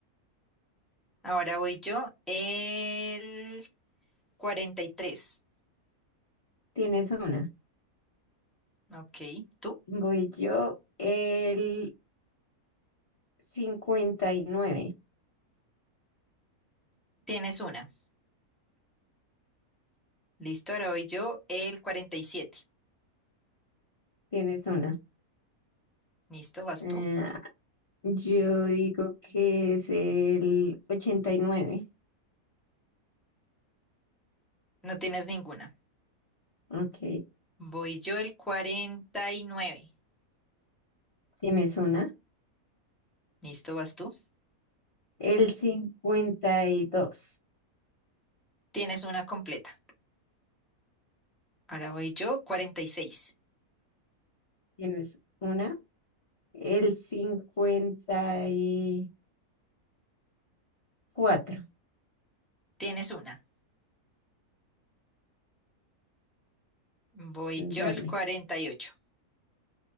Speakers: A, in the centre; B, on the left (about 50°).
A: Ahora voy yo. El 43.
B: tienes una.
A: Ok, tú
B: Voy yo, el
A: Eh,
B: cincuenta y nueve.
A: tienes una. Listo, ahora voy yo. El 47.
B: tienes una.
A: Listo, vas
B: Eh,
A: tú.
B: yo digo que es el ochenta y nueve.
A: No tienes ninguna.
B: ok,
A: Voy yo el 49.
B: tienes una.
A: Listo, vas tú.
B: El 52.
A: Tienes una completa. Ahora voy yo 46.
B: tienes una. El cincuenta y cuatro.
A: Tienes una. Voy
B: dale.
A: yo el 48.